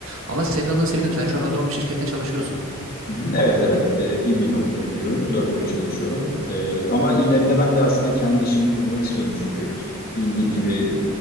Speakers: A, on the right; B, on the left.
A: Ama senin adına sevindim. Sen şu an o zaman bir şirkette çalışıyorsun.
B: Hı hı, Evet evet Ee, bir gün okula gidiyorum dört gün çalışıyorum Ee, ama ileride ben de aslında kendi işimi kurmak istiyorum çünkü bildiğin gibi